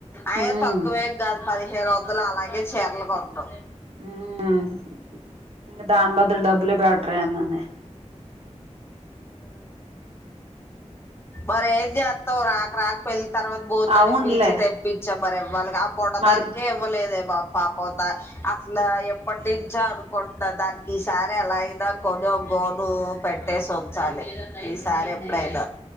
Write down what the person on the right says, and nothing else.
ఉమ్
మ్మ్ ఇంగ దాన్ బదుల్ డబ్బులే బెటర్ రేమోనే
అవునులే
మరి
ఉమ్